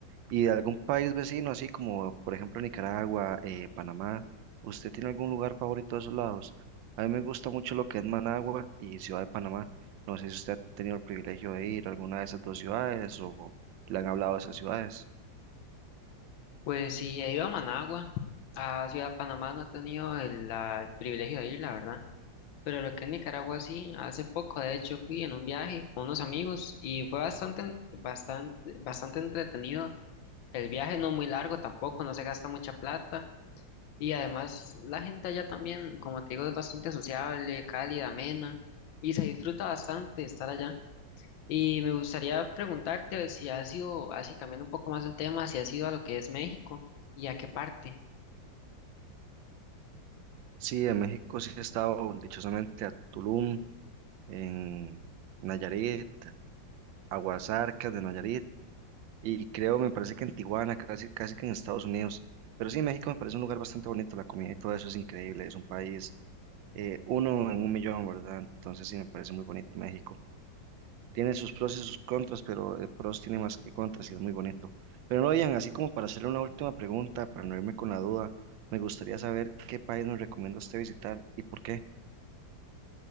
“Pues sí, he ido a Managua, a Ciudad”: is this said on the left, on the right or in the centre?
Left